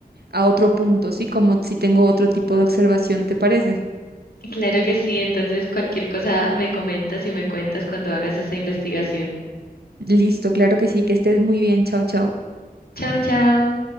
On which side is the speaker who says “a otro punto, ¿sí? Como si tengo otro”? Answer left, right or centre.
Right